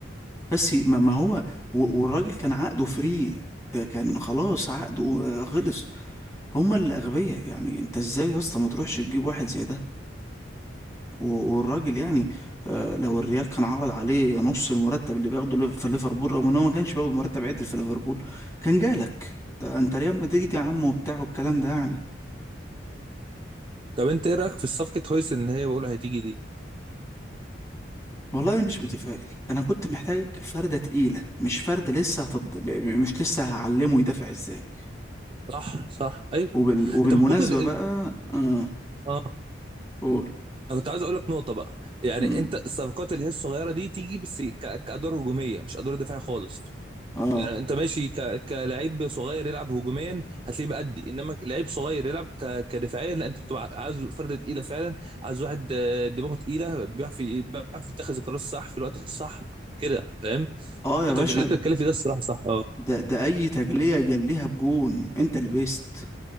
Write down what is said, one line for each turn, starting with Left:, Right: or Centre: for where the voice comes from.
Left: بس ي- ما, ما هو و- والراجل كان عقده فري كان خلاص عقده آه، خلص هما اللي اغبياء يعني انت ازاي يا اسطى ما تروحش تجيب واحد زي ده و- والراجل يعني آه، لو الريال كان عرض عليه نص المرتب اللي بياخده ليف- في ليفربول رغم ان هو ما كانش بياخد مرتب عدل في ليفربول كان جالك ده انت ريال مدريد يا عم وبتاع والكلام ده يعني
Right: طب انت ايه رايك في صفقه هويس اللي هي بقول هتيجي دي
Left: والله انا مش متفائل انا كنت محتاج فرده تقيله مش فرده لسه هتض... مش لسه هعلمه يدافع ازاي
Right: صح صح ايوه
Left: وبال... وبالمناسبه
Right: انت ممكن
Left: بقى اه
Right: اه
Left: قول
Right: انا كنت عايز اقول لك نقطه بقى يعني
Left: مم.
Right: انت الصفقات اللي هي الصغيره دي تيجي بس ك... كادوار هجوميه مش ادوار دفاعيه خالص
Left: اه
Right: يعني انت ماشي ك... كلاعب صغير يلعب هجوميا هتلاقيه بأدي انما لعيب صغير يلعب ك... كدفاعيا لا انت بتبقى عايز فرده تقيله فعلا عايز واحد آه، دماغه تقيله بيعرف ي- بيعرف يتخذ القرار الصح في الوقت الصح كده فاهم
Left: اه يا
Right: انت
Left: باشا
Right: بت- اللي انت بتتكلم فيه ده الصراحه صح اه
Left: ده ده اي تجليه جليها بجون انت لبست